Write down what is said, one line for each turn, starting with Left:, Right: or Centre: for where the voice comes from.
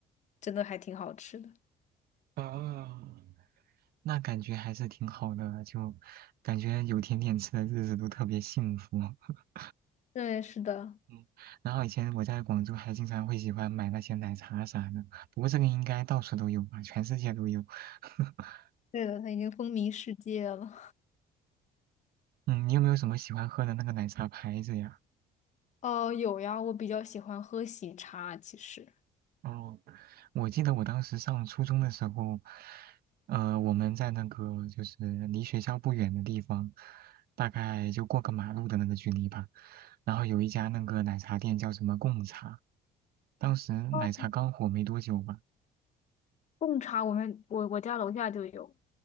Left: 真的还挺好吃的。
Right: 啊，那感觉还是挺好的，就感觉有甜点吃的日子都特别幸福。<laughs>
Left: 对，是的，
Right: 嗯，然后以前我在广州还经常会喜欢买那些奶茶啥的，不过这个应该到处都有吧，全世界都有。<laughs>
Left: 对的，它已经风靡世界了。
Right: 嗯，你有没有什么喜欢喝的那个奶茶牌子呀？
Left: 哦，有呀，我比较喜欢喝喜茶，其实
Right: 哦，我记得我当时上初中的时候，呃，我们在那个就是离学校不远的地方，大概就过个马路的那个距离吧。然后有一家那个奶茶店叫什么贡茶，当时奶茶刚火没多久吧。
Left: 哦贡茶我们我我家楼下就有，